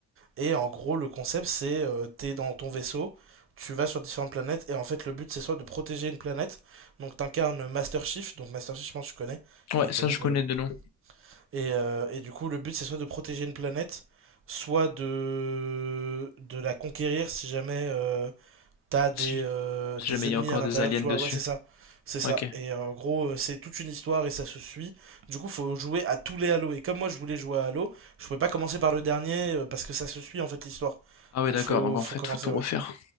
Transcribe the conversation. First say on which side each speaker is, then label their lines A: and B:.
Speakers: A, on the right; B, on the left.
A: Et en gros, le concept, c'est euh, t'es dans ton vaisseau, tu vas sur différentes planètes, et en fait, le but, c'est soit de protéger une planète, donc t'incarnes Master Chief, donc Master Chief, je pense que tu connais,
B: Ouais,
A: il est
B: ça,
A: connu
B: je
A: pour
B: connais
A: le coup.
B: de nom.
A: Et, euh, et du coup, le but, c'est soit de protéger une planète, soit de, de la conquérir si jamais euh, T'as des,
B: Si
A: euh,
B: si
A: des
B: jamais
A: ennemis
B: il y a encore
A: à l'intérieur,
B: des aliens
A: tu
B: dessus.
A: vois. Ouais, c'est ça. C'est ça.
B: Ok.
A: Et en gros, euh, c'est toute une histoire et ça se suit. Du coup, faut jouer à tous les Halo. Et comme moi, je voulais jouer à Halo, je pouvais pas commencer par le dernier euh, parce que ça se suit en fait l'histoire.
B: Ah ouais,
A: Donc,
B: d'accord,
A: faut,
B: donc en
A: faut
B: fait,
A: commencer,
B: faut tout refaire.
A: ouais.